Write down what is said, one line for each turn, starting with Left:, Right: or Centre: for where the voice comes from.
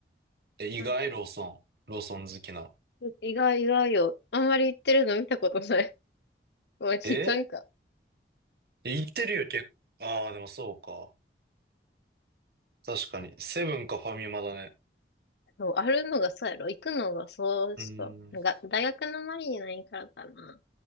Right: え、意外、
Left: うん。
Right: ローソン。ローソン好きな。
Left: 意外、意外よ。あんまり行ってるの見たことない。<laughs> まあん、
Right: ええ、
Left: いかんか。
Right: 言ってるよ、結構。ああ、でもそうか。確かに。セブンかファミマだね。
Left: そう、あるのがそうやろ。行くのがそうしか。
Right: うーん。
Left: なんか、大学の周りにないからかな。